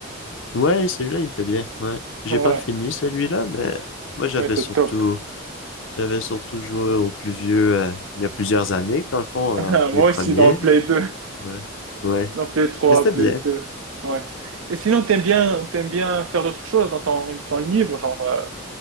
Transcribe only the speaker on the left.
Ouais, celui-là, il était bien. Ouais. J'ai
pas fini celui-là, mais moi, j'avais
surtout...
J'avais surtout joué aux plus vieux, euh, il y a plusieurs années, dans le fond,
euh, les premiers.
là.
Ouais. Ouais.
Mais c'était
bien.